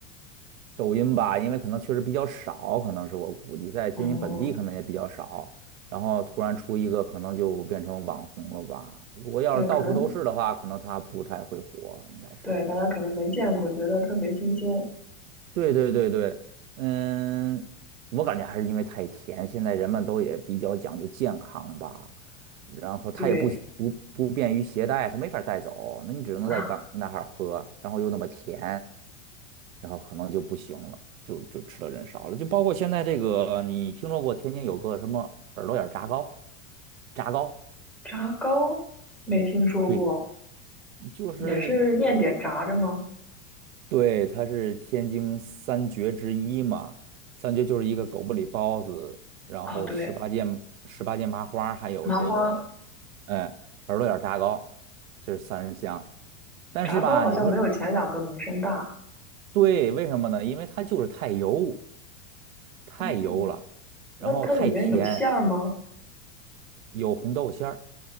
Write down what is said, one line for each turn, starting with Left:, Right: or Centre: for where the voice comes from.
Right: 抖音吧，因为可能确实比较少，可能是我估计在天津本地可能也比较少。
Centre: <laughs> 哦，
Right: 然后突然出一个，可能就变成网红了吧。如果要是到处都是的话，
Centre: 对，可能
Right: 可能他不太会火，应该是这样。
Centre: 对大家可能没见过，觉得特别新鲜。
Right: 对对对对，嗯，我感觉还是因为太甜，现在人们都也比较讲究健康吧，然后它也不不不便于携带，
Centre: 对，
Right: 它没法带走，那你只能在当那哈儿喝，
Centre: <laughs>
Right: 然后又那么甜，然后可能就不行了，就就吃的人少了，就包括现在这个，你听说过天津有个什么耳朵眼儿炸糕？炸糕，
Centre: 炸糕没听说过，
Right: 对，就是。
Centre: 也是面点炸着吗？
Right: 对，它是天津三绝之一嘛，三绝就是一个狗不理包子，然后十八件十八件麻花儿还有这个，
Centre: 啊，对，麻花
Right: 哎，耳朵眼儿炸糕，这是三香。但是吧，
Centre: 炸糕好像没有前两个名声大。
Right: 你说对，为什么呢？因为它就是太油，太油了，
Centre: 哦，那它里面有馅儿吗？
Right: 然后太甜，有红豆馅儿，